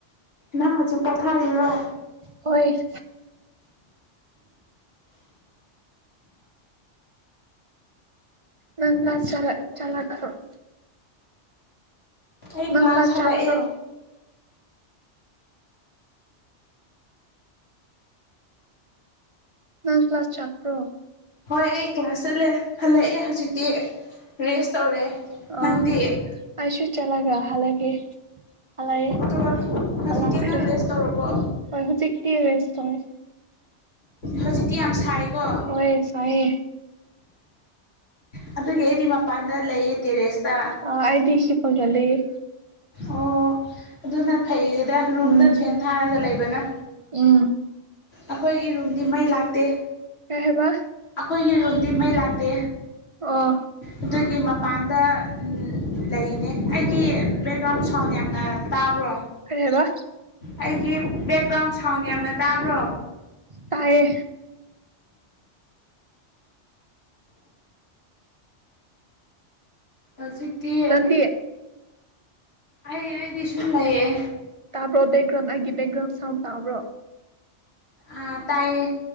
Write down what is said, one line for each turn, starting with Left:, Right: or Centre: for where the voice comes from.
Left: ꯅꯪ ꯍꯧꯖꯤꯛ ꯄꯣꯊꯥꯔꯤꯔꯣ
Right: ꯍꯣꯏ <inaudible> ꯅꯪ ꯆꯥꯛ ꯆꯥꯔꯛ ꯆꯥꯔꯛꯈꯔꯣ
Left: ꯑꯩ
Right: ꯅꯪ
Left: ꯀ꯭ꯂꯥꯁ
Right: ꯄ ꯆꯥꯄ꯭ꯔꯣ
Left: ꯍꯜꯂꯛꯑꯦ
Right: ꯅꯪ ꯀ꯭ꯂꯥꯁ ꯆꯥꯛꯄ꯭ꯔꯣ
Left: ꯍꯣꯏ ꯑꯩ ꯀ꯭ꯂꯥꯁ ꯆꯠꯂꯦ ꯍꯜꯂꯛꯑꯦ ꯍꯧꯖꯤꯛꯇꯤ ꯔꯦꯁ ꯇꯧꯔꯦ
Right: ꯑ
Left: ꯅꯪꯗꯤ
Right: ꯑꯩꯁꯨꯨ ꯆꯂꯒ ꯍꯂꯛ ꯑꯜꯑꯦ
Left: ꯑꯗꯨꯒ ꯍꯧꯖꯤꯛꯇꯤ
Right: ꯍꯜꯂꯛꯈ꯭ꯔꯦ
Left: ꯅꯪ ꯔꯦꯁ
Right: ꯍꯣꯏ
Left: ꯇꯧꯔꯕꯣ
Right: ꯍꯧꯖꯤ ꯇꯤ ꯔꯦꯁꯇ ꯇꯧꯑꯦ
Left: ꯍꯧꯖꯤꯛꯇꯤ ꯌꯥꯝ ꯁꯥꯏꯀꯣ
Right: ꯍꯣꯏ ꯁꯥꯏꯌꯦ
Left: ꯑꯗꯨꯒꯤ ꯑꯩꯗꯤ ꯃꯄꯥꯟꯗ ꯂꯩꯌꯦ ꯇꯦꯔꯦꯁꯇ
Right: ꯑ ꯑꯩꯗꯤ ꯍꯤꯄꯒꯂꯩꯌꯦ
Left: ꯑꯣ ꯑꯗꯨꯅ ꯐꯩꯗ ꯔꯨꯝꯗ
Right: ꯎꯝ
Left: ꯐꯦꯟ ꯊꯥꯔꯒ ꯂꯩꯕꯅ
Right: ꯎꯝ
Left: ꯑꯈꯣꯏꯒꯤ ꯔꯨꯝꯗꯤ ꯃꯩ ꯂꯥꯛꯇꯦ
Right: ꯀꯩꯍꯥꯏꯕ
Left: ꯑꯈꯣꯏꯒꯤ ꯔꯨꯝꯗꯤ ꯃꯩ ꯂꯥꯛꯇꯦ
Right: ꯑꯣ
Left: ꯑꯗꯨꯒꯤ ꯃꯄꯥꯟꯗ ꯑꯝ ꯂꯩꯅꯦ ꯑꯩꯒꯤ ꯕꯦꯛꯒ꯭ꯔꯥꯎꯟ ꯁꯥꯎꯟ ꯌꯥꯝꯅ ꯇꯥꯕ꯭ꯔꯣ
Right: ꯀꯔꯤ ꯍꯥꯏꯕ
Left: ꯑꯩꯒꯤ ꯕꯦꯛꯒ꯭ꯔꯥꯎꯟ ꯁꯥꯎꯟ ꯌꯥꯝꯅ ꯇꯥꯕ꯭ꯔꯣ
Right: ꯇꯥꯏꯌꯦ
Left: ꯍꯧꯖꯤꯛꯇꯤ
Right: ꯅꯪꯗꯤ
Left: ꯑꯩ ꯑꯩꯗꯤ ꯁꯨꯝ ꯂꯩꯑꯦ
Right: ꯇꯥꯕ꯭ꯔꯣ ꯕꯦꯛꯒ꯭ꯔꯥꯎꯟ ꯑꯒꯤ ꯕꯦꯛꯒ꯭ꯔꯥꯎꯟ ꯁꯥꯎꯟ ꯇꯥꯕ꯭ꯔꯣ
Left: ꯑ ꯇꯥꯏꯌꯦ